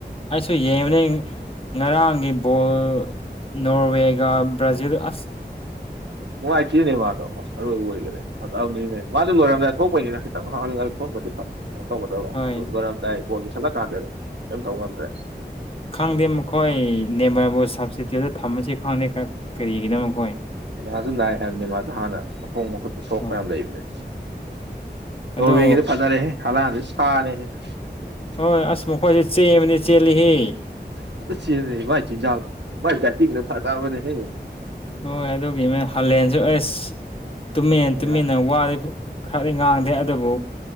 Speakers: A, on the left; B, on the right.
A: ꯑꯩꯁꯨ ꯌꯦꯡꯕꯅꯦ ꯉꯔꯥꯡꯒꯤ ꯕꯣꯜ ꯅꯣꯔꯋꯦꯒ ꯕ꯭ꯔꯥꯖꯤꯜ ꯑꯁ
B: ꯅꯨꯉꯥꯏꯇꯦꯅꯦ ꯃꯥꯗꯣ ꯑꯔꯣꯏꯕ ꯑꯣꯏꯒꯔꯦꯅꯦ ꯐꯠꯖꯕꯅꯤꯅꯦ ꯃꯥꯁꯨ ꯂꯣꯏꯔꯝꯗꯥꯏ ꯊꯣꯛꯄꯩꯅꯤꯅꯦ ꯈꯤꯇꯪ <unintelligible> ꯊꯣꯡꯑꯝꯃꯗꯤ ꯐ ꯀꯩꯅꯣ ꯇꯧꯒꯗꯕ
A: ꯍꯣꯏ
B: ꯂꯣꯏꯔꯝꯗꯥꯏ ꯕꯣꯜꯗꯣ ꯂꯨꯁꯠꯂ ꯀꯥꯟꯗ ꯀꯩꯝ ꯇꯧ ꯉꯝꯗ꯭ꯔꯦ꯫
A: ꯈꯪꯗꯦ ꯃꯈꯣꯏ ꯅꯦꯝꯃꯥꯔꯕꯨ ꯁꯕꯇꯤꯇꯨ꯭ꯠꯇ ꯊꯝꯕꯁ ꯈꯪꯗꯦ ꯀꯔꯤꯒꯤꯅꯣ ꯃꯈꯣꯏ
B: ꯅꯖꯨ ꯅꯥꯏ ꯍꯥꯏꯕꯅꯦ ꯃꯥꯗꯣ ꯍꯥꯟꯅ ꯃꯈꯣꯡ ꯃꯈꯨꯠꯇ ꯁꯣꯛꯄ
A: ꯍꯣꯏ
B: ꯌꯥꯝꯅ ꯂꯩꯕꯅꯦ꯫ ꯅꯣꯔꯋꯦꯒꯤꯗꯤ
A: ꯑꯗꯣ
B: ꯐꯖꯔꯦ ꯍꯂꯗꯦ <unintelligible>
A: ꯍꯣꯏ ꯑꯁ ꯃꯈꯣꯏꯁꯦ ꯆꯦꯟꯕꯗꯤ ꯆꯦꯜꯂꯤꯍꯦ
B: ꯐꯖꯅ ꯆꯦꯟꯕꯅꯦꯍꯦ ꯃꯥꯏ ꯆꯤꯟꯖꯥꯡ ꯃꯥꯏ ꯗꯥꯏꯇꯤꯡꯗꯣ ꯐꯖꯕꯅꯦꯍꯦ
A: ꯍꯣꯏ ꯑꯗꯨꯒꯤ ꯃꯣꯏ ꯍꯥꯂꯦꯟꯁꯨ ꯑꯁ ꯇꯨꯃꯤꯟꯅ
B: ꯕꯦꯔꯥ
A: ꯇꯨꯃꯤꯟꯅ ꯋꯥ ꯈꯔꯗꯤ ꯉꯥꯡꯗꯦ ꯑꯗꯨꯕꯨ